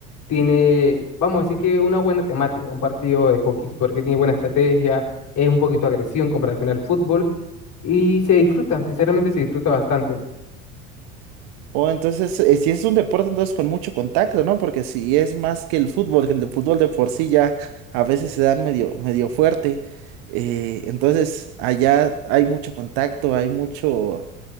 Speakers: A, on the left; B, on the right.
A: Tiene, vamos a decir que una buena temática, un partido de hockey, porque tiene buena estrategia, es un poquito agresivo en comparación al fútbol y se disfruta, sinceramente se disfruta bastante.
B: O entonces, eh, si es un deporte, entonces con mucho contacto, ¿no? Porque si es más que el fútbol, que el de fútbol de por sí ya a veces se dan medio, medio fuerte. eh, entonces, allá hay mucho contacto, hay mucho,